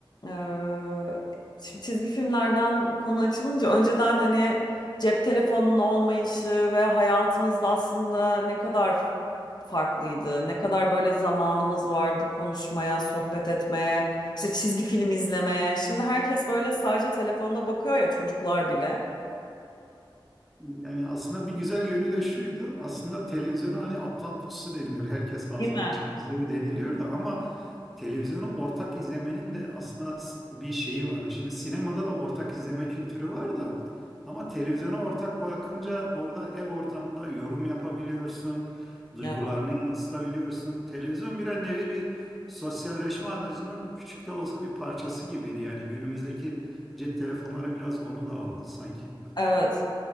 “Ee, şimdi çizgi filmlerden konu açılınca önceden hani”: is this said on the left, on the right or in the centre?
Left